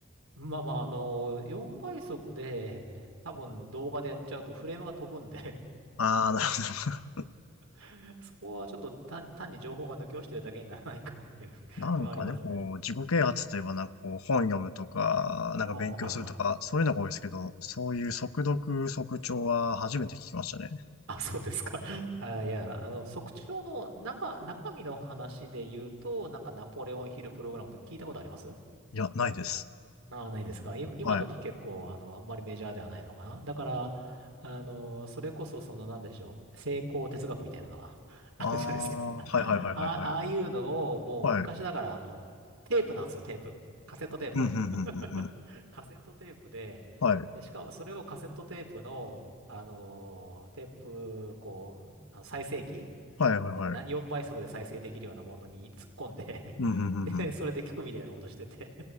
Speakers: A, on the right; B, on the left.
A: ん。まあまあ、あのー、4倍速で、多分動画でやっちゃうとフレームが飛ぶんで
B: ああ、なるほど。
A: <laughs> そこはちょっと単、単に情報が抜け落ちてるだけにならないかなっていう
B: <laughs>
A: <laughs>
B: なんかね、
A: 不安ありますね。
B: こう、自己啓発といえばなんかこう、本読むとか、なんか勉強するとか、
A: ああ、はいはい。
B: そういうのが多いですけど、そういう速読、速聴は初めて聞きましたね。
A: あ、そうですか。<laughs> あ、いや、あの、測定の中、中身の話で言うと、なんかナポレオンヒルプログラムとか聞いたことあります
B: いや、ないです。
A: ああ、ないですか。今、今だと結構、
B: はい。
A: あの、あんまりメジャーではないのかな。だから、あの、それこそ、その、なんでしょう、成功哲学みたいなのが <laughs> あるじゃないですか。
B: ああ、
A: あ
B: はいはいはいはいは
A: あ、ああいうのを、もう、
B: い。はい。
A: 昔だから、あの、テープなんですよ、テープ。カセットテープ。
B: うん、うん、うん、うん、うん。
A: <laughs> カセットテープで、
B: はい。
A: で、しかも、それをカセットテープの、あの、テープ、こう、あの再生機
B: はいはいはい。
A: で、な、4倍速で再生できるようなものに突っ込んで
B: うん、うん、
A: <laughs> で、
B: うん、うん。
A: それで聞くみたいなことしてて